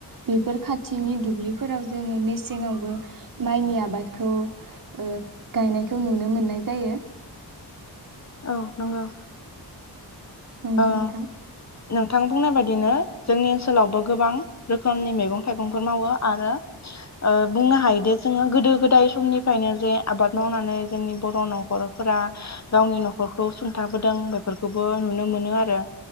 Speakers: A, on the right; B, on the left.
A: बेफोर खाथिनि दुब्लिफोराव जोङो मेसेंआवबो माइनि आबादखौ ओ गायनायखौ नुनो मोननाय जायो
B: औ नंगौ
A: नंगौ
B: ओ
A: नोंथां
B: नोंथां बुंनाय बायदिनो जोंनि ओनसोलावबो गोबां रोखोमनि मैगं थाइगंफोर मावो आरो ओ बुंनो हायोदि जोङो गोदो गोदाय समनिफ्रायनो जे आबाद मावनानै जोंनि बर' नखरफोरा गावनि नखरखौ सुंथाबोदों बेफोरखौबो नुनो मोनो नो आरो